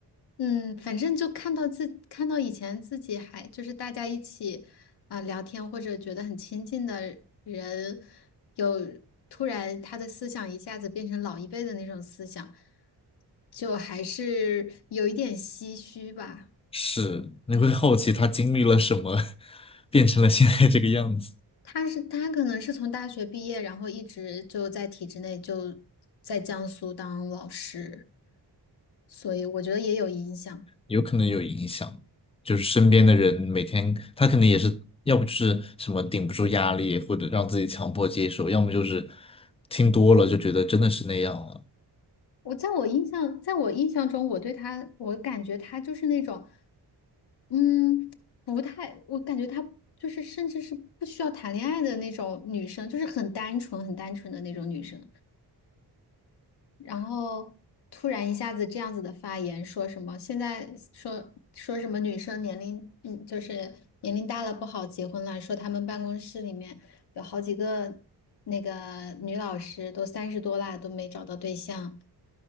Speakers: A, on the left (about 65°); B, on the left (about 15°).
A: 嗯，反正就看到自看到以前自己还就是大家一起啊、聊天或者觉得很亲近的人，有突然他的思想一下子变成老一辈的那种思想，就还是有一点唏嘘吧。
B: 是，你会好奇他经历了什么，<laughs> 变成了现在这个样子，
A: 他是他可能是从大学毕业，然后一直就在体制内就在江苏当老师，所以我觉得也有影响。
B: 有可能有影响。就是身边的人每天，他可能也是，要不就是什么顶不住压力，或者让自己强迫接受，要么就是听多了就觉得真的是那样了。
A: 我在我印象，在我印象中，我对他，我感觉他就是那种，嗯，不太，我感觉他就是甚至是不需要谈恋爱的那种女生，就是很单纯、很单纯的那种女生。然后突然一下子这样子的发言，说什么现在说说什么女生年龄，嗯，就是年龄大了不好结婚了，说他们办公室里面有好几个那个女老师都三十多啦，都没找到对象，